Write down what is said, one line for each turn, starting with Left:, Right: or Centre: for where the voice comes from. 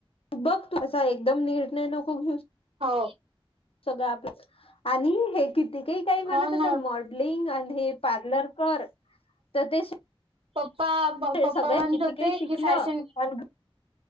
Left: बघ तू असा एकदम निर्णय नको घेऊ
Right: हो.
Left: सगळं आपल्या आणि हे किती ते काही म्हणत
Right: हो
Left: असल
Right: ना
Left: मॉडलिंग आणि हे पार्लर कर तर ते
Right: पप्पा पप्पा
Left: सगळ्या
Right: म्हणत
Left: किती
Right: होते
Left: काही शिकलं
Right: की फॅशन
Left: पण